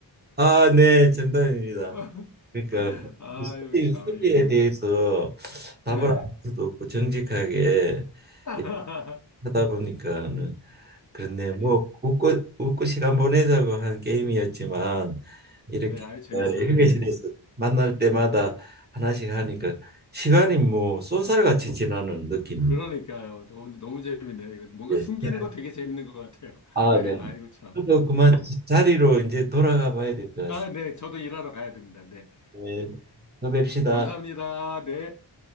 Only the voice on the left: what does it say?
<laughs>
아유,
참,
이거,
네.
<laughs>
이-
네, 아유, 재밌습니다.
네.
그러니까요. 너무, 너무 재밌네요. 이거 뭔가
숨기는 거 되게 재밌는 것 같아요.
네,
아이고, 참.
아, 네, 저도 일하러 가야 됩니다. 네.
네.
감사합니다. 네.